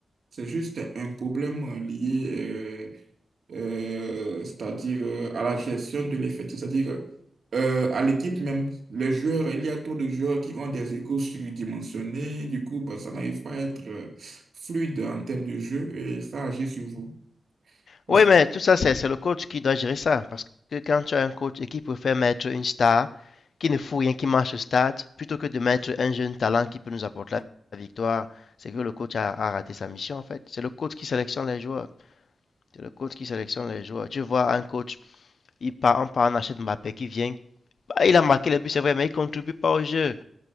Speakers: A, on the right (about 60°); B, on the left (about 65°).
A: c'est juste un problème euh, lié, euh, euh, c'est-à-dire euh, à la gestion de l'effectif, c'est-à-dire euh, à l'équipe même. Les joueurs, il y a trop de joueurs qui ont des égos surdimensionnés, du coup, bah, ça n'arrive pas à être euh, fluide en termes de jeu et ça agit sur vous. Parce-
B: Ouais, mais tout ça, c'est c'est le coach qui doit gérer ça. Parce que quand tu as un coach et qui préfère mettre une star qui ne fout rien, qui marche au stade, plutôt que de mettre un jeune talent qui peut nous apporter la la victoire, c'est que le coach a, a raté sa mission en fait. C'est le coach qui sélectionne les joueurs. C'est le coach qui sélectionne les joueurs. Tu vois un coach, il part, on part, on achète Mbappé qui vient. bah, Il a marqué les buts, c'est vrai, mais il contribue pas au jeu.